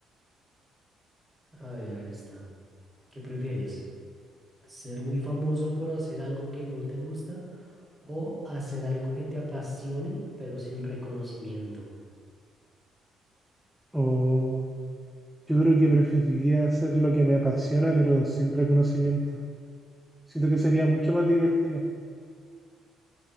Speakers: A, on the right; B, in the centre.
A: A ver, esta. ¿Qué prefieres? ¿Ser muy famoso por hacer algo que no te gusta o hacer algo que te apasione, pero sin reconocimiento?
B: O yo creo que preferiría hacer lo que me apasiona, pero sin reconocimiento. Siento que sería mucho más divertido.